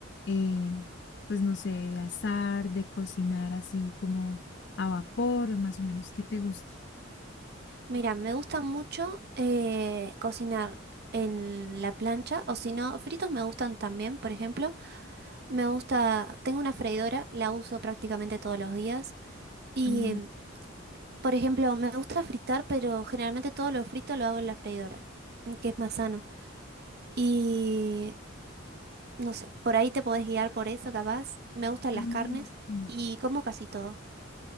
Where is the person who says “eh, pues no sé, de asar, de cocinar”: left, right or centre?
Left